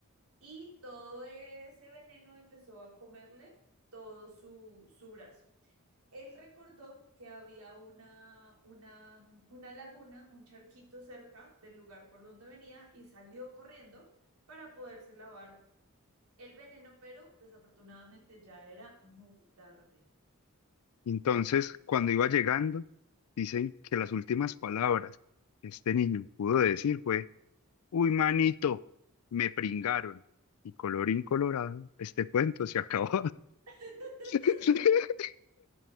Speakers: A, on the right; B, on the left.
A: y todo ese veneno empezó a comerle todo su, su brazo él recordó que había una, una, una laguna, un charquito cerca del lugar por donde venía y salió corriendo para poderse lavar el veneno, pero desafortunadamente ya era muy tarde.
B: Entonces, cuando iba llegando, dicen que las últimas palabras que este niño pudo decir fue, uy, manito, me pringaron. Y colorín colorado, este cuento se acabó.
A: <laughs>
B: <laughs>